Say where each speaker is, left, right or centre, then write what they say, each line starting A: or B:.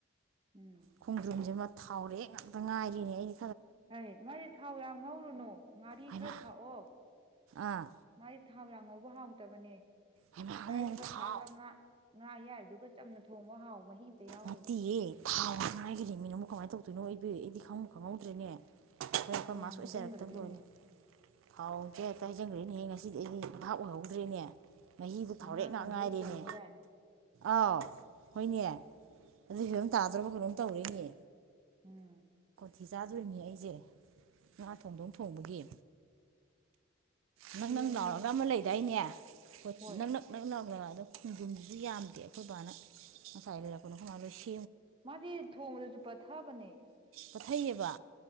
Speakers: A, on the right (about 25°); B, on the right (about 80°).
A: ꯎꯝ
B: ꯈꯣꯡꯗ꯭ꯔꯨꯝꯁꯤꯃ ꯊꯥꯎꯔꯦꯑꯦ ꯉꯥꯛꯇ ꯉꯥꯏꯔꯤꯅꯦ ꯑꯩ
A: ꯍ ꯃꯥꯗꯤ ꯊꯥꯎ ꯌꯥꯝ ꯉꯧꯔꯨꯅꯨ ꯉꯥꯔꯤ
B: ꯍꯩꯃꯥ
A: ꯈꯔ ꯊꯥꯛꯑꯣ
B: ꯑꯥ
A: ꯃꯥꯥꯏ ꯊꯥꯎ ꯂꯥꯡ ꯉꯧꯕ ꯍꯥꯎꯇꯕꯅꯦ
B: ꯍꯩꯃꯥ
A: ꯉꯥꯔꯤ
B: ꯑꯗꯨꯅ
A: ꯈꯔ
B: ꯊꯥꯎ
A: ꯊꯥꯛꯑꯒ ꯉꯥ ꯉꯥ ꯌꯥꯏꯔꯤꯗꯨꯒ ꯆꯝꯅ ꯊꯣꯡꯕ ꯍꯥꯎ ꯃꯍꯤ ꯌꯥꯎꯗꯕꯤ
B: ꯅꯠꯇꯤꯌꯦ ꯊꯥꯎ ꯉꯥꯏꯈꯅꯤ ꯃꯤꯅ ꯑꯃꯨꯛ ꯀꯃꯥꯏꯅ ꯇꯧꯗꯣꯏꯅꯣ ꯑꯩꯕ ꯑꯩꯗꯤ ꯈꯪꯉꯨ ꯈꯪꯍꯧꯗ꯭ꯔꯦꯅꯦ ꯍꯥꯏꯔꯛꯄ
A: ꯀꯌꯥꯝ
B: ꯃꯥꯁ ꯑꯣꯏꯖꯔꯛꯇ
A: ꯍꯩꯖꯤꯟꯒ꯭ꯔꯒꯦꯅꯦꯍꯦ
B: ꯂꯣꯏꯔꯦ ꯊꯥꯎꯁꯦ ꯍꯦꯛꯇ ꯍꯥꯏꯖꯟꯈ꯭ꯔꯦꯅꯦꯍꯦ ꯉꯁꯤꯗꯤ ꯑꯩꯗꯤ ꯉꯍꯥꯛ ꯑꯣꯏꯍꯧ ꯐꯗ꯭ꯔꯦꯅꯦ ꯃꯍꯤꯕꯨ ꯊꯥꯎꯔꯦꯛ
A: ꯉꯥ
B: ꯉꯥꯛ
A: ꯊꯣꯡꯗꯧ
B: ꯉꯥꯏꯔꯦꯅꯦ
A: ꯊꯣꯡꯗꯣꯔꯦ
B: ꯑꯥꯎ ꯍꯣꯏꯅꯦ ꯑꯗꯨ ꯐꯤꯕꯝ ꯇꯥꯗ꯭ꯔꯕ ꯀꯩꯅꯣꯝ ꯇꯧꯔꯤꯅꯦ
A: ꯎꯝ
B: ꯊꯤ ꯆꯥꯗꯣꯏꯅꯤ ꯑꯩꯁꯦ ꯉꯥ ꯊꯣꯡꯗꯧ ꯊꯣꯡꯕꯒꯤ ꯅꯪ
A: ꯌꯦꯡꯉꯣ
B: ꯅꯪ ꯥꯎꯔꯒ
A: ꯌꯦꯡꯉꯣ
B: ꯑꯃ ꯂꯩꯗꯥꯏꯅꯦ ꯣꯏ
A: ꯍꯣꯏ
B: ꯅꯪꯅꯛ ꯅꯪꯅꯛꯂ ꯑꯗ ꯈꯣꯡꯖꯣꯝꯁꯤꯁꯨ ꯌꯥꯝꯗꯦ ꯑꯩꯈꯣꯏ ꯕꯥꯅ ꯉꯁꯥꯏ ꯂꯩꯔꯛꯄꯅꯣ ꯈꯨꯣꯏꯂ ꯂꯣꯏꯁꯤ
A: ꯃꯥꯗꯤ ꯊꯣꯡꯕꯗꯁꯨ ꯄꯠꯊꯥꯕꯅꯦ
B: ꯄꯣꯊꯩꯑꯕ